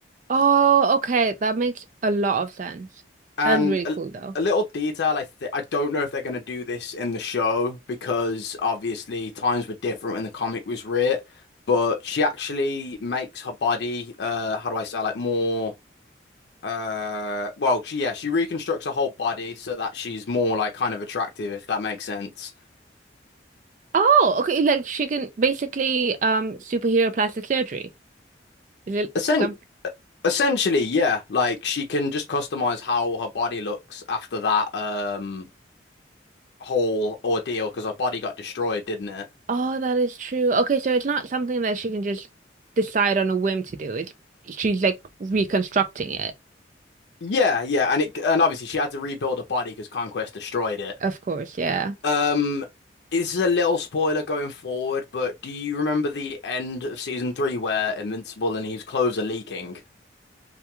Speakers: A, on the right; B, on the left.
A: Oh, okay. That makes a lot of sense.
B: And
A: That's really
B: a,
A: cool though.
B: a little detail, I th I don't know if they're going to do this in the show because obviously times were different when the comic was writ, but she actually makes her body, uh, how do I say, like more, uh, well, she, yeah, she reconstructs her whole body so that she's more like kind of attractive, if that makes sense.
A: Oh, okay. Like she can basically um superhero plastic surgery. Is it
B: Essen
A: something?
B: essentially, yeah, like she can just customize how her body looks after that, um, whole ordeal because her body got destroyed, didn't it?
A: Oh, that is true. Okay, so it's not something that she can just decide on a whim to do. It's she's like reconstructing it.
B: Yeah, yeah, and it and obviously she had to rebuild her body because Conquest destroyed it.
A: Of course, yeah.
B: Um, this is a little spoiler going forward, but do you remember the end of season three where Invincible and Eve's clothes are leaking?